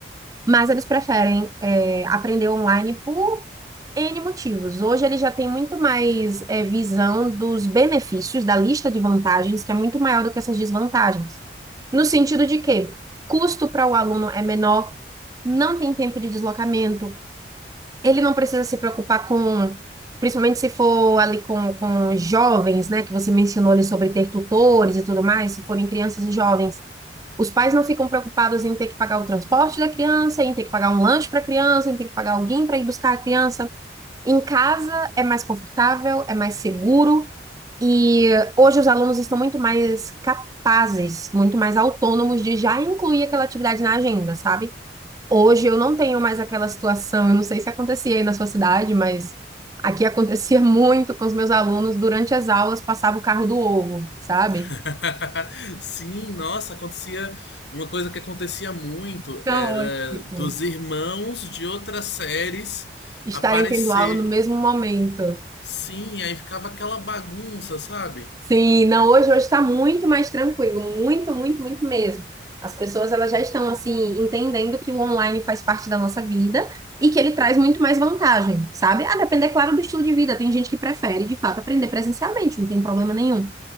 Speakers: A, on the right; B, on the left.
A: mas eles preferem é, aprender online por N motivos. Hoje eles já têm muito mais é, visão dos benefícios, da lista de vantagens, que é muito maior do que essas desvantagens. No sentido de que custo para o aluno é menor, não tem tempo de deslocamento, ele não precisa se preocupar com, principalmente se for ali com, com jovens, né, que você mencionou ali sobre ter tutores e tudo mais, se forem crianças e jovens. Os pais não ficam preocupados em ter que pagar o transporte da criança, em ter que pagar um lanche para a criança, em ter que pagar alguém para ir buscar a criança. Em casa é mais confortável, é mais seguro e hoje os alunos estão muito mais capazes, muito mais autônomos de já incluir aquela atividade na agenda, sabe? Hoje eu não tenho mais aquela situação, eu não sei se acontecia aí na sua cidade, mas aqui acontecia <laughs> muito com os meus alunos, durante as aulas passava o carro do ovo, sabe?
B: <laughs> Sim, nossa, acontecia. Uma coisa que acontecia muito
A: Caótico.
B: era
A: Tipo,
B: dos irmãos de outras séries
A: estarem
B: aparecer.
A: tendo aula no mesmo momento.
B: Sim, aí ficava aquela bagunça, sabe?
A: Sim, não, hoje hoje está muito mais tranquilo, muito, muito, muito mesmo. As pessoas elas já estão assim entendendo que o online faz parte da nossa vida e que ele traz muito mais vantagem, sabe? A depender, claro, do estilo de vida. Tem gente que prefere, de fato, aprender presencialmente, não tem problema nenhum.